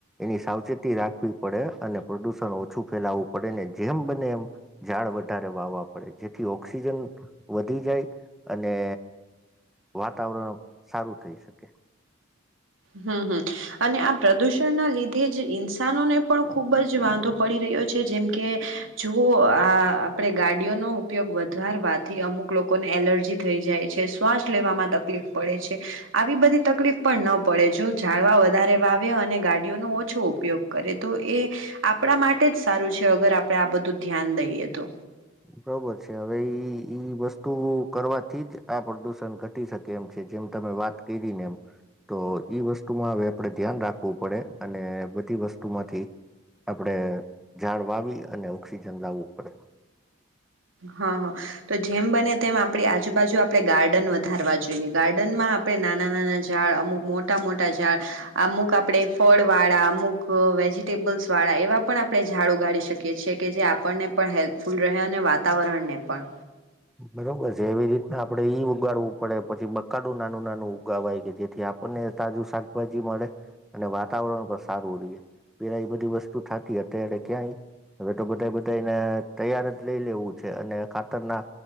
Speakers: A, in the centre; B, on the right (about 80°).
A: એની સાવચેતી રાખવી પડે અને પ્રદુષણ ઓછું ફેલાવવું પડે ને જેમ બને એમ ઝાડ વધારે વાવવા પડે જેથી ઓક્સિજન વધી જાય અને વાતાવરણ સારું થઈ શકે.
B: હમ હમ અને આ પ્રદુષણના લીધે જ ઇન્સાનોને પણ ખૂબ જ વાંધો પડી રહ્યો છે જેમ કે જો આ આપણેે ગાડીઓનો ઉપયોગ વધારવાથી અમુક લોકોને એલર્જી થઈ જાય છે શ્વાસ લેવામાં તકલીફ પડે છે આવી બધી તકલીફ પણ ન. પડે જો જાળવા વધારે વાવે અને ગાડીઓનો ઓછો ઉપયોગ કરે તો એ આપણા માટે જ સારું છે અગર આપણે આ બધું ધ્યાન દઈએ તો.
A: બરોબર છે હવે ઈ વસ્તુ કરવાથી જ આ પ્રદુષણ ઘટી શકે એમ છે જેમ તમે વાત કરી ને એમ તો ઈ વસ્તુમાં હવે આપણે ધ્યાન રાખવું પડે અને બધી વસ્તુમાંથી આપણેે ઝાડ વાવી અને ઓક્સિજન લાવવું પડે.
B: હા હ તો જેમ બને તેમ આપણી આજુબાજુ આપણે ગાર્ડન વધારવા જોઈએ ગાર્ડનમાં આપણે નાના નાના ઝાડ અમુક મોટા મોટા ઝાડ અમુક આપણેે ફળ વાળા અમુક વેજીિટેબલ્સ વાળા એવા પણ આપણે ઝાડ ઉગાડી શકીએ છીએ કે જે આપણને પણ હેલ્પફુલ રહે અને વાત. વાતાવરણને પણ.
A: બરોબર છે એવી રીતના આપડે ઈ ઉગાડવું પડે પછી બકાડું નાનું નાનું ઉગાવાય કે જેથી આપણને તાજું શાકભાજી મળે અને વાતાવરણ પણ સારું રએ પેલા એ બધી વસ્તુ થતી અત્યારે ક્યાંય હવે તો બધા બધાને તૈયાર જ લઈ લેવું છે અને ખાતરના.